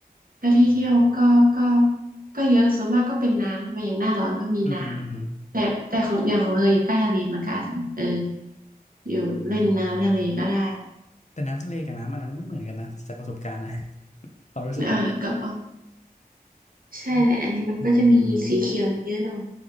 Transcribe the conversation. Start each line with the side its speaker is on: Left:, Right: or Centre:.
Right: แล้วที่เที่ยวก็ก็ก็เยอะส่วนมากก็เป็นน้ำใช่ไหมอย่างหน้าร้อนก็มีน้ำแต่แต่ของอย่างของเธออยู่ใกล้ทะเลมันก็อาจจะแบบเออ
Left: อือหืออือหือ
Right: อยู่เล่นน้ำทะเลก็ได้
Left: แต่น้ำทะเลกับน้ำอันนั้นไม่เหมือนกันนะจากประสบการณ์นะ <laughs> ความรู้สึกอะ
Right: <laughs> เออกับออใช่แหละอันนี้มันก็จะมีสีเขียวเยอะหน่อย
Left: อืมอืม